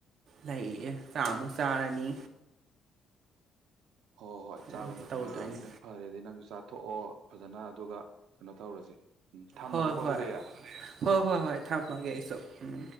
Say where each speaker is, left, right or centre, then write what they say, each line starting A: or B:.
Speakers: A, on the right; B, on the right.
A: ꯂꯩꯌꯦ ꯆꯥꯛ ꯑꯃꯨꯛ ꯆꯥꯔꯅꯤ꯫
B: ꯍꯣꯏ ꯍꯣꯏ ꯍꯣꯏ
A: ꯑꯗꯨꯗꯤ
B: ꯆꯥꯕꯩ ꯃꯇꯝ
A: ꯇꯧꯗꯣꯏꯅꯤ
B: ꯌꯧꯔꯛꯑꯕꯅꯤꯅ꯫ ꯐꯔꯦꯗꯤ ꯅꯪꯁꯨ ꯆꯥꯊꯣꯛꯑꯣ ꯐꯖꯅ ꯑꯗꯨꯒ ꯀꯩꯅꯣ ꯇꯧꯔꯁꯦ꯫ ꯎꯝ ꯊꯝꯃꯒꯦꯀꯣ
A: ꯍꯣꯏ ꯍꯣꯏ
B: ꯑꯗꯨꯗꯤ
A: ꯍꯣꯏ ꯍꯣꯏ ꯍꯣꯏ ꯊꯝꯃꯒꯦ ꯑꯩꯁꯨ ꯎꯝ꯫